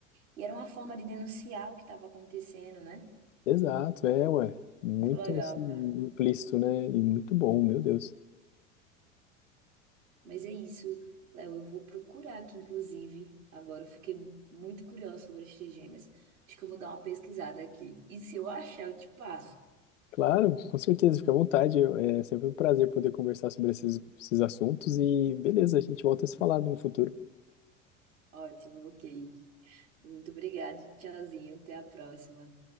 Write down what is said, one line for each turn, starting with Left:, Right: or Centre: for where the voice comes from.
Right: E era uma forma de denunciar o que estava acontecendo, né?
Left: Exato, é, ué. Muito
Right: Muito legal,
Left: assim,
Right: cara.
Left: implícito, né? E muito bom, meu Deus.
Right: Mas é isso, Léo. Eu vou procurar aqui, inclusive. Agora eu fiquei muito curiosa sobre as trigêmeas. Acho que eu vou dar uma pesquisada aqui. E se eu achar, eu te passo.
Left: Claro, com certeza, fica à vontade. É sempre um prazer poder conversar sobre esses, esses assuntos e beleza, a gente volta a se falar no futuro.
Right: Ótimo, ok. Muito obrigada. Tchauzinho. Até a próxima.